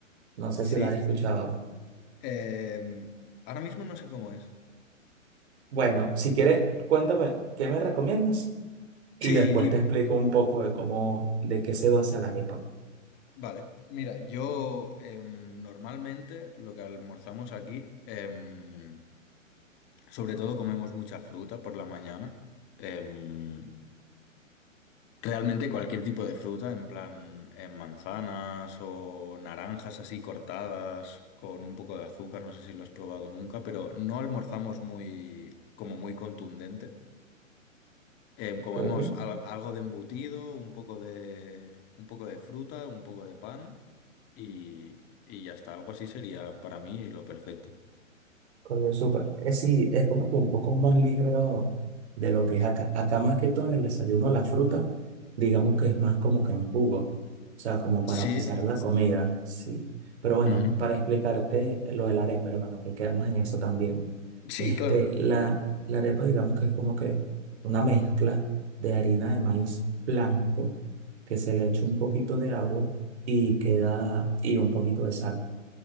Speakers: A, on the right (about 55°); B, on the left (about 25°).
A: No sé
B: Sí,
A: si las has escuchado.
B: em, ahora mismo no sé cómo es.
A: Bueno, si quieres, cuéntame qué me recomiendas y
B: Sí,
A: después
B: y-
A: te explico un poco de cómo, de qué se basa la arepa.
B: vale. Mira, yo em, normalmente lo que almorzamos aquí, em, sobre todo comemos mucha fruta por la mañana. Em, Realmente cualquier tipo de fruta, en plan eh, manzanas o naranjas así cortadas con un poco de azúcar, no sé si lo has probado nunca, pero no almorzamos muy, como muy contundente. Eh, comemos
A: Ok.
B: al- algo de embutido, un poco de, un poco de fruta, un poco de pan y, y ya está. Algo así sería para mí lo perfecto.
A: Coño, súper. Es, sí, es como que un poco más ligero de lo que es acá. Acá más que todo en el desayuno, la fruta, digamos que es más como que en jugo. O sea, como para
B: Sí.
A: pasar la comida, sí. Pero bueno,
B: Ujú.
A: para explicarte lo de la arepa, hermano, que quedamos en eso también.
B: Sí,
A: Este,
B: claro.
A: la, la arepa, digamos que es como que una mezcla de harina de maíz blanco que se le echa un poquito de agua y queda, y un poquito de sal.